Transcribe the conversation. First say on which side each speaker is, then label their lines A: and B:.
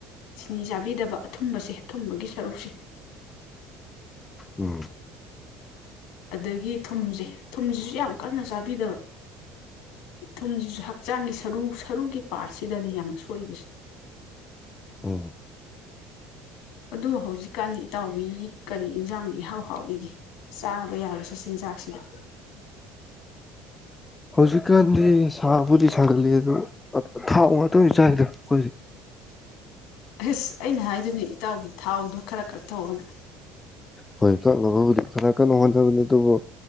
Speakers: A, on the left; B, on the left.
A: ꯆꯤꯅꯤ ꯆꯥꯕꯤꯗꯕ ꯑꯊꯨꯝꯕꯁꯦ ꯑꯊꯨꯝꯕꯒꯤ ꯁꯔꯨꯛꯁꯦ
B: ꯎꯝ
A: ꯑꯗꯒꯤ ꯊꯨꯝꯁꯦ ꯊꯨꯝꯁꯤꯁꯨ ꯌꯥꯝ ꯀꯟꯅ ꯆꯥꯕꯤꯗꯕ ꯊꯨꯝꯁꯤꯁꯨ ꯍꯛꯆꯥꯡꯒꯤ ꯁꯔꯨ ꯁꯔꯨꯒꯤ ꯄꯥꯔꯠꯁꯤꯗꯅꯦ ꯌꯥꯝ ꯁꯣꯏꯕꯁꯦ
B: ꯑꯣ
A: ꯑꯗꯨ ꯍꯧꯖꯤꯛꯀꯥꯟꯗꯤ ꯏꯇꯥꯎꯕꯤ ꯀꯔꯤ ꯏꯟꯖꯥꯡꯅ ꯏꯍꯥꯎ ꯍꯥꯎꯔꯤꯒꯦ ꯆꯥꯕ ꯌꯥꯔꯁꯨꯦ ꯆꯤꯟꯖꯥꯛꯁꯤꯗ
B: ꯍꯧꯖꯤꯛꯀꯥꯟꯗꯤ ꯁꯥꯕꯨꯗꯤ ꯁꯥꯒꯂꯤ ꯑꯗꯣ ꯊꯥꯎ ꯉꯥꯛꯇꯪ ꯆꯥꯏꯗꯅ ꯑꯩꯈꯣꯏꯁ
A: ꯑꯁ ꯑꯩꯅ ꯍꯥꯏꯗꯨꯅꯦ ꯏꯇꯥꯎꯒꯤ ꯊꯥꯎꯗꯣ ꯈꯔ ꯀꯛ ꯊꯣꯛꯅ
B: ꯍꯣꯏ ꯀꯛꯂꯒꯕꯨꯗꯤ ꯐꯖ ꯀꯟꯅ ꯍꯣꯠꯅꯕꯅꯤ ꯑꯗꯨꯕꯨ